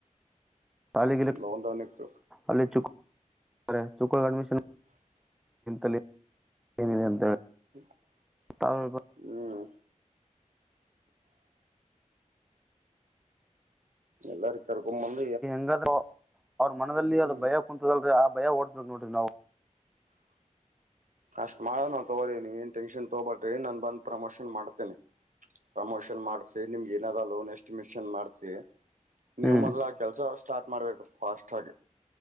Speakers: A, in the centre; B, on the right.
A: <inaudible> ಸಾಲಿ
B: ಲೋನ್ ಡೌನ್ ಇತ್ತು.
A: ಅಲ್ಲಿ ಚಕ್ಕ <inaudible> ಅಚುಕಕ್ಕ್ ಅಡ್ಮಿಷನ್ ಅಲ್ಲಿ ಏನಿದೆ ಅಂತ ಹೇಳ
B: <inaudible>
A: ಹೌದ
B: ಹ್ಮ್ ಎಲ್ಲಾರ ಕರ್ಕೊಂಡ್ ಬ
A: ಹೆಂಗಾದ್ರು ಅವ್ರ ಮನದಲ್ಲಿ
B: ಹ್ಮ್
A: ಅದ್ ಭಯ ಕುೂಂತದಲ್ರರಿ ಆ ಭಯ ಓಡಸ್ಬೇಕಕ್ ನೋಡ್ರಿ ನಾವು.
B: ಅಷ್ಟ್ ಮಾಡೋನಾ ತಗೋರಿ ನೀವನ್ ಟೆನ್ಶನ್ ತಗೋಬಟ್ರಿ ನನ್ ಬಂದ ಪ್ರಮೋಷನ್ ಮಾಡ್ತೇನ. ಪ್ರಮೋಷನ್ ಮಾಡ್ಸ ನಿಮ್ಗೆ ಏನಾದ ಲೋನ್ ಎಸ್ಟಿಮಷನ್ ಮಾಡತೀವಿ ನೀವು
A: ಹ್ಮ್
B: ಮೊದ್ಲ ಹಾಕಿ ಕೆಲಸ ಸ್ಟಾರ್ಟ್ ಮಾಡ್ಬೇಕು ಪಾಸ್ಟ್ ಆಗಿ